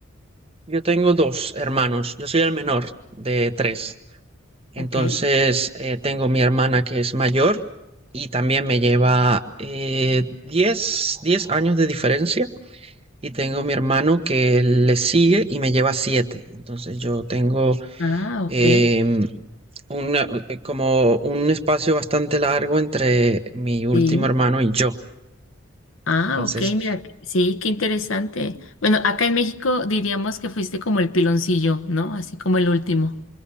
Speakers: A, on the right; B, on the left.
A: Yo tengo dos hermanos, yo soy el menor de tres. Entonces,
B: Ok.
A: eh, tengo mi hermana que es mayor y también me lleva eh, 10 10 años de diferencia. Y tengo mi hermano que le sigue y me lleva 7. Entonces, yo tengo
B: Ah, ok.
A: em, una- eh, como un espacio bastante largo entre mi último
B: Sí.
A: hermano y yo.
B: Ah,
A: Entonces,
B: ok, mira, sí, qué interesante. Bueno, acá en México diríamos que fuiste como el piloncillo, ¿no? Así como el último.